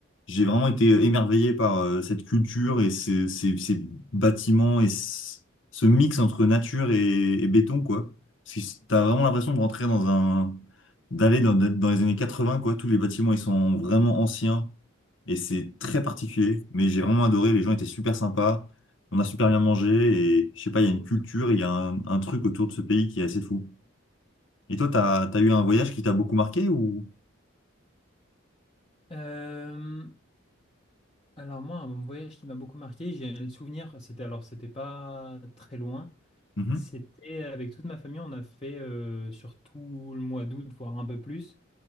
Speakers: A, on the left (about 65°); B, on the left (about 25°).
A: J'ai vraiment été émerveillé par euh, cette culture et ces, ces, ces bâtiments et ce ce mix entre nature et, et béton, quoi. Parce que c'est- t'as vraiment l'impression de rentrer dans un, d'aller dans, d'être dans les années 80, quoi. Tous les bâtiments, ils sont vraiment anciens et c'est très particulier. Mais j'ai vraiment adoré. Les gens étaient super sympas. On a super bien mangé et je sais pas, il y a une culture, il y a un, un truc autour de ce pays qui est assez fou. Et toi, t'as, t'as eu un voyage qui t'a beaucoup marqué ou?
B: Euh, alors moi, un voyage qui m'a beaucoup marqué, j'ai le souvenir, c'était alors c'était pas très loin,
A: Mhm.
B: c'était avec toute ma famille, on a fait euh, sur tout le mois d'août, voire un peu plus,